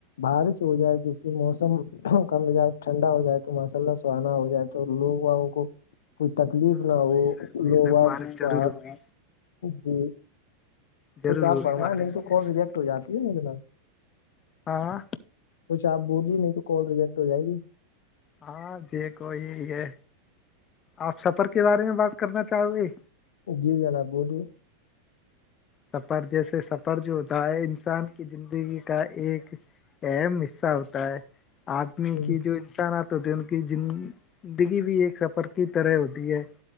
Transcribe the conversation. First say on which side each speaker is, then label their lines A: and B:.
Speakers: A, on the left (about 75°); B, on the left (about 35°).
A: بارش ہو جائے جس سے موسم کم جائے ٹھنڈا ہو جائے تو ماشاء اللہ سہانا ہو جائے تو لوگواوں کو کوئی تکلیف
B: ہاں
A: نہ ہو
B: بے شک بے
A: لوا
B: شک بارش ضرور
A: بر
B: ہوگی
A: جی
B: ضرور
A: کچھ
B: ہوگی
A: آپ پروائیں
B: بارش
A: نہیں تو
B: بے
A: کال
B: شک
A: ریجیکٹ ہو جاتی ہے ن جناب
B: ہاں
A: کچھ آپ بولیے نہیں تو کال ریجیکٹ ہو جائے گی
B: ہاں دیکھو یہ ہے آپ سفر کے بارے میں بات کرنا چاہو گے
A: جی جناب بولیے
B: سفر جیسے سفر جو ہوتا ہے انسان کی زندگی کا ایک اہم حصہ ہوتا ہے آدمی
A: جی
B: کی
A: جناب
B: جو نقسانات ہوتے ہیں ان کی زندگی بھی ایک سفر کی طرح ہوتی ہے